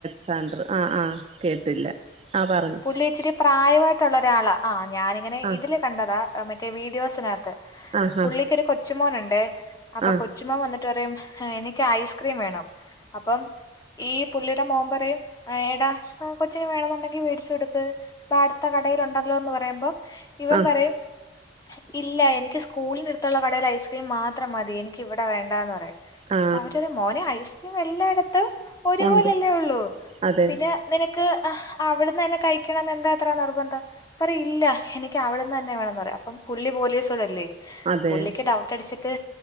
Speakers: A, on the right; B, on the left.
A: സാൻഡർ ആഹ് ആഹ് കേട്ടില്ല ആഹ് പറ
B: പുള്ളി ഇച്ചിരി പ്രായമായിട്ടുള്ളൊരാളാ ആ ഞാനിങ്ങനെ
A: ആ
B: ഇതിൽ കണ്ടതാ മറ്റേ വീഡിയോസിനകത്ത്
A: ആ
B: പുള്ളിക്കൊരു
A: ആ
B: കൊച്ച് മോനുണ്ടേ അപ്പൊ
A: ആ
B: കൊ ചുമ്മാ വന്നിട്ടറിയും എനിക്ക് ഐസ്ക്രീം വേണം അപ്പം എഹ് പുള്ളിടെ മോൻ പറയും എടാ കൊച്ചിനും വേണെന്നുണ്ടെങ്കിൽ വേടി ചുടുക്ക് വാടുത്ത കടേലുണ്ടല്ലോന്ന് പറയുമ്പോ ഇവൻ
A: ആ
B: പറയും ഇല്ല എനിക്ക് സ്കൂളിനെടുത്തുള്ള കടലയ്സ് പി മാത്രം മതി എനിക്ക് വിടെ വേണ്ടാന്ന് പറയാ
A: ആ
B: അവരരു മോനെ ഐസ്ക്രീം എല്ലായിടത്ത് ഒരുപോലെല്ലേ
A: ഉണ്ട്
B: ഉള്ളൂ
A: അതെ
B: പിന്നെ നിനക്ക് അവിട്ന്നന്നെ കഴിക്കണംന്ന് എന്താ ഇത്ര നിർബന്ധം പറ ഇല്ല എനിക്ക് അവിടന്നന്നെ വേണംന്ന് പറയാ അപ്പം പുള്ളി പോലീസോടല്ലേ
A: അതെ
B: പുള്ളിക്ക് ഡൗട്ടടിച്ചിട്ട്